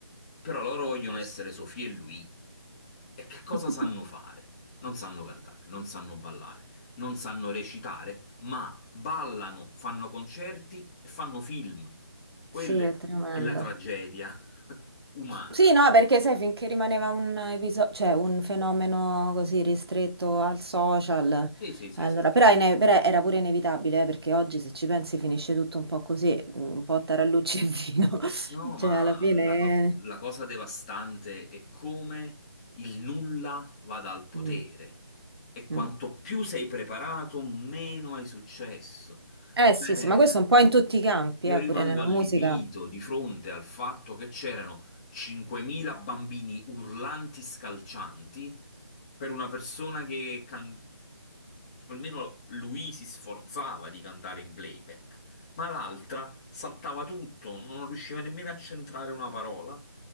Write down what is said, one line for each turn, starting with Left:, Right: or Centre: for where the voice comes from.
Left: Però loro vogliono
Right: certo.
Left: essere Sofì e lui. E che
Right: <laughs>
Left: cosa sanno fare? Non sanno cantare, non sanno ballare, non sanno recitare, ma ballano, fanno concerti e fanno film. Quella
Right: Sì, è tremendo.
Left: è la tragedia <laughs> umana.
Right: Sì, no, perché sai, finché rimaneva un episodio, cioè un fenomeno così ristretto al social,
Left: Sì, sì, sì,
Right: allora,
Left: sì, sì.
Right: però, è ine- però era pure inevitabile, eh, perché oggi se ci pensi finisce tutto un po' così, un po' a tarallucci e vino,
Left: No,
Right: <laughs> cioè
Left: ma
Right: alla fine...
Left: la, co- la cosa devastante è come il nulla vada al potere
Right: Mm,
Left: e quanto
Right: mm.
Left: più sei preparato, meno hai successo.
Right: Eh sì,
Left: Cioè,
Right: sì, ma questo è un po' in tutti i campi,
Left: Io
Right: eh,
Left: rimango
Right: pure nella
Left: allibito
Right: musica.
Left: di fronte al fatto che c'erano 5.000 bambini urlanti, scalcianti, per una persona che can- almeno lui si sforzava di cantare in playback, ma l'altra saltava tutto, non riusciva nemmeno a centrare una parola.